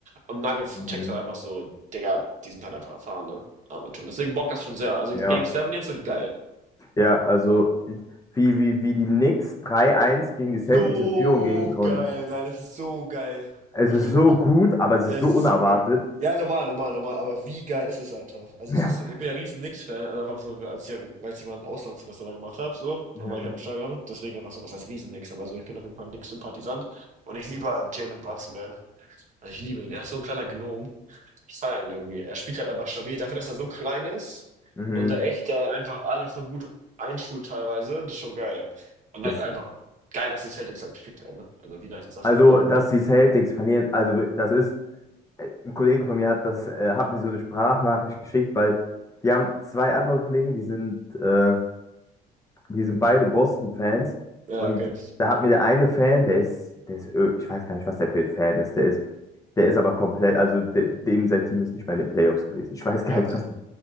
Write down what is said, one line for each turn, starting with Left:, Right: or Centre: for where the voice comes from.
Right: Und Nuggets
Left: Mhm.
Right: checkt halt einfach so, Digga, die sind halt einfach erfahren, ne? Ah, man schon. Deswegen bockt das schon sehr. Also
Left: Ja.
Right: Game 7 jetzt wird geil.
Left: Ja, also
Right: So.
Left: wie, wie, wie die Knicks 3-1 gegen die Celtics
Right: So
Left: in Führung gehen konnten.
Right: geil. Nein, das ist so geil.
Left: Es
Right: Bro, Ich
Left: ist
Right: bin,
Left: so
Right: ich-
Left: gut, aber es
Right: es
Left: ist so unerwartet.
Right: ist so geil. Ja, normal, normal, normal. Aber wie geil ist es einfach? Also
Left: <laughs>
Right: es
Left: Ja.
Right: ist so, ich bin ja riesen Knicks-Fan, also einfach so, als ich, ja, weil ich mal ein Auslandssemester da gemacht habe, so,
Left: Mhm.
Right: und war ich halt im Stadion. Deswegen einfach so, was heißt riesen Knicks, aber so, ich bin auf jeden Fall ein Knicks-Sympathisant. Und ich liebe halt Jalen Brunson, man. Also ich liebe ihn. Er ist so ein kleiner Gnom. Ich feiere ihn irgendwie. Er spielt halt einfach stabil. Dafür, dass er so klein ist
Left: Mhm.
Right: und da echt da einfach alle schon gut einschult teilweise, das ist schon geil. Und
Left: Das,
Right: halt einfach geil, dass die Celtics halt gekickt werden, ne? Also wie nice ist das
Left: also,
Right: einfach?
Left: dass die Celtics verlieren, also das ist, äh, ein Kollege von mir hat das, äh, hat mir so eine Sprachnachricht geschickt, weil wir haben zwei andere Kollegen, die sind, äh, die sind beide Boston-Fans
Right: Ja,
Left: und
Right: okay.
Left: da hat mir der eine Fan, der ist, der ist, Ö- ich weiß gar nicht, was der für ein Fan ist, der ist Der ist aber komplett, also de, dem sein Team ist nicht mal in den Playoffs gewesen. Ich weiß gar
Right: Ja.
Left: nicht, was.